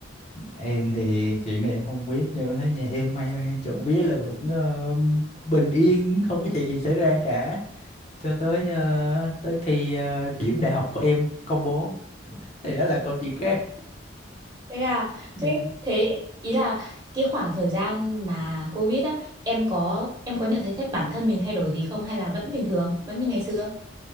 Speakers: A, on the left; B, on the right.
A: em thì chuyện này em không biết nhưng em thấy nhà em may mắn trộm vía là vẫn ờ, bình yên không có chuyện gì xảy ra cả cho tới ờ, tới khi ờ, điểm đại học của em công bố thì đó là câu chuyện khác
B: Thế à,
A: Dạ.
B: thế thế ý là cái khoảng thời gian mà Covid á, em có em có nhận thấy thế- bản thân mình thay đổi gì không hay là vẫn bình thường, vẫn như ngày xưa?